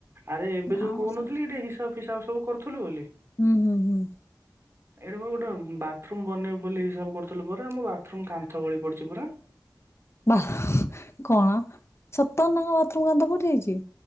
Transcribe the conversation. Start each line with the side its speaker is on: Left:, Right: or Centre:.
Right: ଆରେ ଏବେ
Left: ନା
Right: ଯୋଉ କହୁନଥିଲି
Left: ବର୍ଷା ବର୍ଷା
Right: ଟିକେ ହିସାବ ଫିସାବ ସବୁ କରୁଥିଲୁ ବୋଲି।
Left: ହୁଁ ହୁଁ ହୁଁ
Right: ଏଇଟା ମୁ ଗୋଟେ ବାଥରୁମ୍ ବନେଇବୁ ବୋଲି ହିସାବ କରୁଥିଲୁ ପରା ଆମ ବାଥରୁମ କାନ୍ଥ ଗଳି ପଡ଼ିଛି ପୁରା
Left: ବା କଣ ସତର୍ ତାଙ୍କ ବାଥରୁମ କାନ୍ତ ପଡିଯାଇଛି